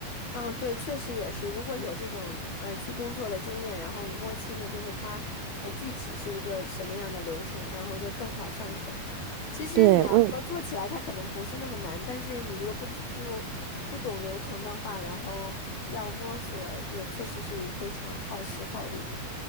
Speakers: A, on the left (about 70°); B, on the right (about 75°).
A: 嗯，对，确实也是。如果有这种呃去工作的经验，然后摸清了就是它呃具体是一个什么样的流程，然后就更好上手。其实你要说做起来，
B: 对，我也
A: 它可能不是那么难，但是你如果不不不懂流程的话，然后要摸索，也确实是一非常耗时耗力的。